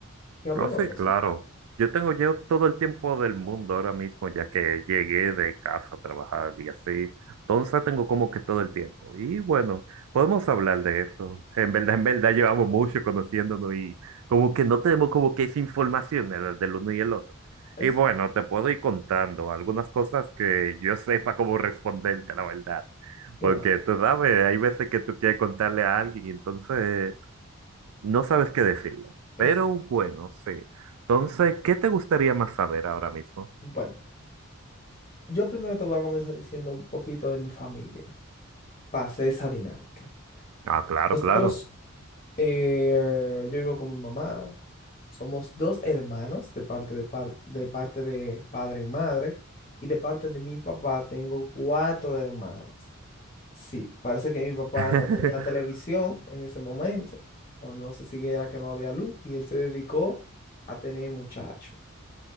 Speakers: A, on the left; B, on the right.
A: que hablemos
B: Oh, sí,
A: de
B: claro.
A: eso.
B: Yo tengo yo todo el tiempo del mundo ahora mismo, ya que llegué de casa a trabajar y así. Entonces tengo como que todo el tiempo. Y bueno, podemos hablar de eso. En verdad, en verdad llevamos mucho conociéndonos y como que no tenemos como que esa información eh, del, del uno y el otro.
A: Esa,
B: Y bueno, te puedo ir contando algunas cosas que yo sepa cómo responderte, la verdad.
A: claro,
B: Porque tú sabes, hay veces que tú quieres contarle a alguien y entonces... No sabes qué decirle.
A: esa.
B: Pero bueno, sí. Entonces, ¿qué te gustaría más saber ahora mismo?
A: Bueno, yo primero te voy a comenzar diciendo un poquito de mi familia. Pasé esa dinámica.
B: Ah, claro,
A: Nosotros
B: claro.
A: Eh, yo vivo con mi mamá. Somos dos hermanos de parte de, par- de parte de padre y madre. Y de parte de mi papá tengo cuatro hermanas. Sí, parece que mi papá
B: <laughs>
A: no tenía televisión en ese momento. O no sé si era que no había luz. Y él se dedicó a tener muchachos.